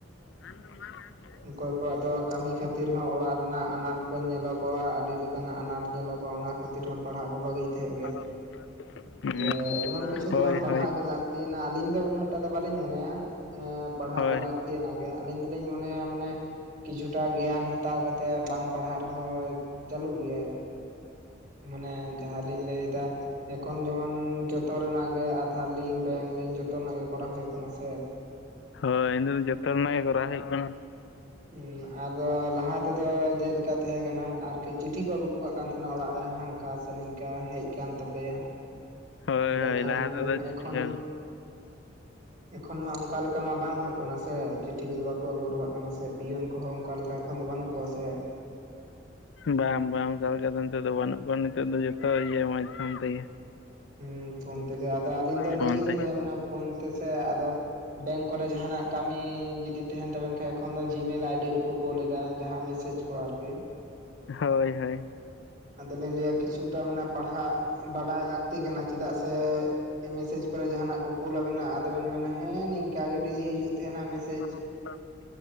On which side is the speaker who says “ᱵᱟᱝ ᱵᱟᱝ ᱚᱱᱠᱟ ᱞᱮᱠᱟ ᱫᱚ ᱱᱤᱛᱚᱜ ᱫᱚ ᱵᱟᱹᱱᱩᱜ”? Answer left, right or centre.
Left